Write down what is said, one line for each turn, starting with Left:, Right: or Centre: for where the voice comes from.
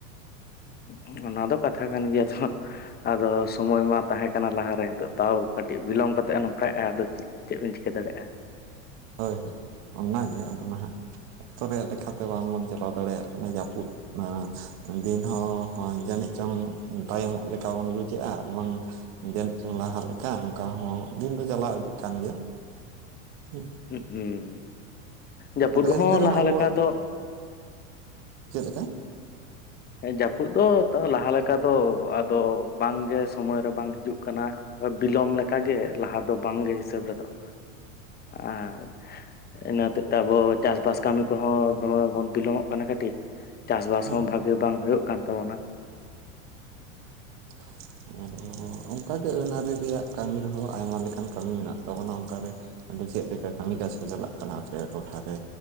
Left: ᱦᱩᱸ ᱚᱱᱟ ᱫᱚ ᱠᱟᱛᱷᱟ ᱠᱟᱱ ᱜᱮᱭᱟ ᱛᱷᱚ᱾ ᱟᱫᱚ ᱥᱚᱢᱚᱭ ᱢᱟ ᱛᱟᱦᱮᱸ ᱠᱟᱱᱟ ᱞᱟᱦᱟᱨᱮ ᱱᱤᱛᱳᱜ ᱛᱟᱣ ᱠᱟᱹᱴᱤᱡ ᱵᱤᱞᱚᱢ ᱠᱟᱛᱮᱜ ᱮ ᱱᱚᱝᱠᱟᱭᱮᱫ-ᱟ ᱟᱫᱚ ᱪᱮᱫ᱾ ᱪᱮᱫ ᱵᱤᱱ ᱪᱤᱠᱟᱹ ᱫᱟᱲᱮᱭᱟᱜ-ᱟ᱾
Right: ᱦᱳᱭ ᱦᱳᱭ ᱚᱱᱟᱱᱟᱜᱮ ᱟᱫᱚ ᱱᱟᱦᱟᱜ ᱚᱠᱛᱚ ᱨᱮᱭᱟᱜ ᱞᱮᱠᱟᱛᱮ ᱵᱟᱝᱵᱚᱱ ᱪᱟᱞᱟᱣ ᱫᱟᱲᱮᱭᱟᱜ ᱠᱟᱱᱟ ᱡᱟᱹᱯᱩᱫ ᱱᱟ ᱫᱤᱱ ᱦᱚᱸ ᱡᱟᱹᱱᱤᱡ ᱪᱚᱝ ᱛᱟᱭᱚᱢᱚᱜ ᱞᱮᱠᱟ ᱵᱟᱱ ᱵᱩᱡᱽᱮᱜ-ᱟ ᱟᱨ ᱵᱟᱝ ᱡᱟᱹᱱᱤᱡ ᱪᱚᱝ ᱞᱟᱦᱟ ᱞᱮᱠᱟ ᱚᱱᱠᱟ ᱦᱚᱸ ᱫᱤᱱ ᱫᱚ ᱪᱟᱞᱟᱣ ᱤᱫᱤᱜ ᱠᱟᱱ ᱜᱮᱭᱟ᱾ ᱦᱮᱸ᱾
Left: ᱦᱩᱸᱢ᱾ ᱡᱟᱹᱯᱩᱫ
Right: ᱮᱱᱛᱮ
Left: ᱦᱚᱸ
Right: ᱨᱮᱦᱚᱸ
Left: ᱞᱟᱦᱟ
Right: ᱟᱵᱚᱣᱟᱜ
Left: ᱞᱮᱠᱟ ᱫᱚ
Right: ᱪᱮᱫ ᱞᱮᱠᱟ?
Left: ᱦᱮᱸ ᱡᱟᱹᱯᱩᱫ ᱫᱚ ᱛᱟᱹᱣ ᱞᱟᱦᱟ ᱞᱮᱠᱟ ᱫᱚ ᱟᱫᱚ ᱵᱟᱝᱜᱮ ᱥᱚᱢᱚᱭ ᱨᱮ ᱵᱟᱝ ᱦᱤᱡᱩᱜ ᱠᱟᱱᱟ᱾ ᱟᱫᱚ ᱵᱤᱞᱚᱢ ᱞᱮᱠᱟᱜᱮ ᱞᱟᱦᱟ ᱫᱚ ᱵᱟᱝᱜᱮ ᱦᱤᱥᱟᱹᱵ ᱨᱮᱫᱚ-ᱟ᱾
Right: <inaudible>
Left: ᱟᱨ ᱤᱱᱟᱹ ᱦᱚᱛᱮᱡ ᱛᱮ ᱟᱵᱚ ᱪᱟᱥᱵᱟᱥ ᱠᱟᱹᱢᱤ ᱠᱚᱦᱚᱸ ᱫᱚᱢᱮ ᱵᱚᱱ ᱵᱤᱞᱚᱢᱚᱜ ᱠᱟᱱᱟ ᱠᱟᱹᱴᱤᱡ᱾ ᱪᱟᱥᱵᱟᱥ
Right: ᱦᱩᱸ
Left: ᱦᱚᱸ ᱵᱷᱟᱜᱮ ᱜᱮ ᱵᱟᱝ ᱦᱳᱭᱳᱜ ᱠᱟᱱ ᱛᱟᱵᱚᱱᱟ᱾
Right: <inaudible> ᱟᱨᱦᱚᱸ ᱚᱱᱠᱟᱜᱮ ᱟᱹᱱ ᱟᱹᱨᱤ ᱨᱮᱭᱟᱜ ᱠᱟᱹᱢᱤ ᱨᱮᱦᱚᱸ ᱟᱭᱢᱟ ᱞᱮᱠᱟᱱ ᱠᱟᱹᱢᱤ ᱢᱮᱱᱟᱜ ᱛᱟᱵᱚᱱᱟ ᱚᱱᱠᱟ ᱨᱮ᱾ ᱟᱫᱚ ᱪᱮᱫ ᱞᱮᱠᱟ ᱠᱟᱹᱢᱤ ᱠᱟᱡᱽ ᱠᱚ ᱪᱟᱞᱟᱜ ᱠᱟᱱᱟ ᱟᱯᱮᱭᱟᱜ ᱴᱚᱴᱷᱟ ᱨᱮ